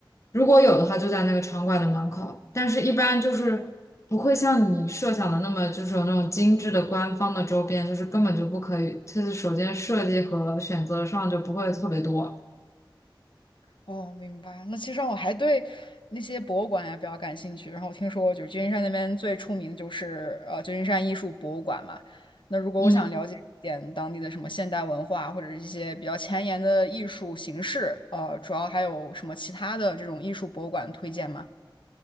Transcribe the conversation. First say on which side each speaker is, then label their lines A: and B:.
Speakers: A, on the left (about 35°); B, on the left (about 70°).
A: 如果有的话就在那个场馆的门口，但是一般就是不会像你设想的那么就是有那种精致的官方的周边，就是根本就不可以，就是首先设计和选择上就不会特别多。
B: 哦，明白。那其实我还对那些博物馆呀比较感兴趣，然后我听说就是旧金山那边最出名的就是呃旧金山艺术博物馆嘛。那如果我想了解一点当地的什么现代文化，
A: 嗯。
B: 或者是一些比较前沿的艺术形式，呃，主要还有什么其他的这种艺术博物馆推荐吗？